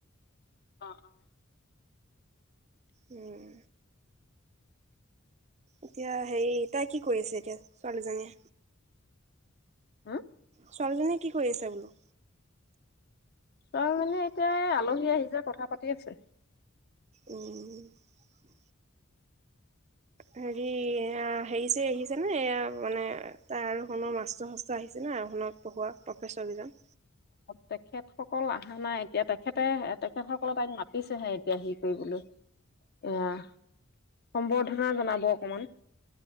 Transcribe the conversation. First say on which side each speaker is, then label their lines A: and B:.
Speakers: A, on the left; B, on the right.
A: অ অ অ।
B: উম। এতিয়া হেৰি তাই কি কৰি আছে এতিয়া ছোৱালীজনীয়ে?
A: হা?
B: ছোৱালীজনীয়ে কি কৰি আছে বোলো
A: তাই মানে এতিয়া, এই আলহী আহি যে কথা পাতিছে। ঠিক আছে।
B: উম। <inaudible> হেৰি হেৰিছেৰি আহিছে নে এয়া মানে তাৰ কোনো মাষ্টৰ শাস্ত্ৰৰ আহিছে নে আৰু শুনক পঢ়োৱা প্ৰফেচৰ কেইজন?
A: তেখেতসকল অহা নাই এতিয়া তেখেতে তেখেতসকললে তাইক মাতিছেহে এতিয়া হেৰি কৰিবলৈ এয়া সম্বৰ্ধনা জনাব অকমান।